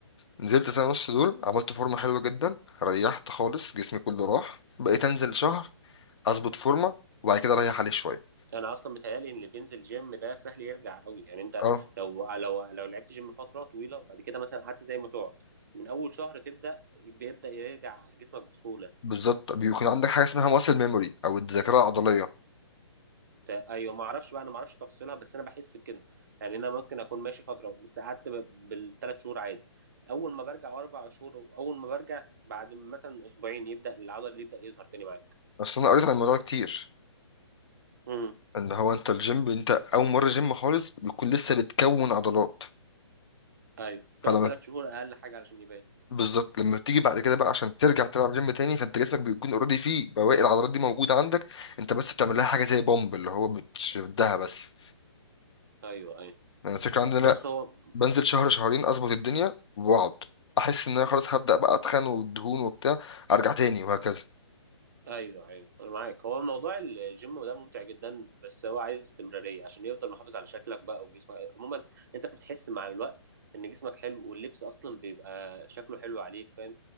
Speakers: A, on the left; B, on the right.
A: نزلت سنة ونص دول عملت فورمة حلوة جدا ريحت خالص جسمي كله راح بقيت انزل شهر اظبط فورمة وبعد كده اريح عليه شوية
B: انا اصلا متهيالي ان اللي بينزل جيم ده سهل يرجع قوي يعني انت
A: اه
B: لو لو لو لعبت جيم فتره طويله وبعد كده مثلا قعدت زي ما تقعد من اول شهر تبدا بيبدا يرجع جسمك بسهوله
A: بالظبط بيكون عندك حاجة اسمها ماسل ميموري او الذاكرة العضلية
B: ت- ايوه ما اعرفش بقى انا ما اعرفش تفاصيلها بس انا بحس بكده يعني انا ممكن اكون ماشي فتره بس قعدت ب- بالثلاث شهور عادي اول ما برجع اربع شهور اول ما برجع بعد مثلا اسبوعين يبدا العضل اللي يبدا يظهر تاني معاك
A: بس انا قريت عن الموضوع ده كتير
B: امم
A: ان هو انت الجيم انت اول مرة جيم خالص بيكون لسه بتكون عضلات
B: ايوه
A: فلما
B: تقعد ثلاث شهور اقل حاجه علشان يبان
A: بالظبط لما تيجي بعد كده بقى عشان ترجع تلعب جيم تاني فانت جسمك بيكون اوريدي فيه بواقي العضلات دي موجودة عندك انت بس بتعمل لها حاجة زي بومب اللي هو بتشدها بس
B: ايوه ايوه
A: انا الفكرة عندنا
B: بص هو
A: بنزل شهر شهرين اظبط الدنيا واقعد احس ان انا خلاص هبدا بقى اتخن والدهون وبتاع ارجع تاني وهكذا
B: ايوه ايوه انا معاك هو موضوع الجيم ده ممتع جدا بس هو عايز استمراريه عشان يفضل محافظ على شكلك بقى وجسمك عموما انت بتحس مع الوقت ان جسمك حلو واللبس اصلا بيبقى شكله حلو عليك فاهم